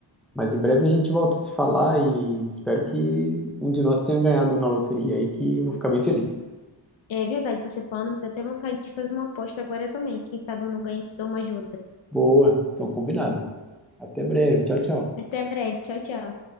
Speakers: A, in the centre; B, on the left (about 80°).
A: Mas em breve a gente volta a se falar e espero que um de nós tenha ganhado na loteria aí, que eu vou ficar bem feliz.
B: É verdade, você falando, me dá até vontade de fazer uma aposta agora também. Quem sabe eu não ganho e te dou uma ajuda.
A: Boa, então combinado. Até breve, tchau, tchau.
B: Até breve, tchau, tchau.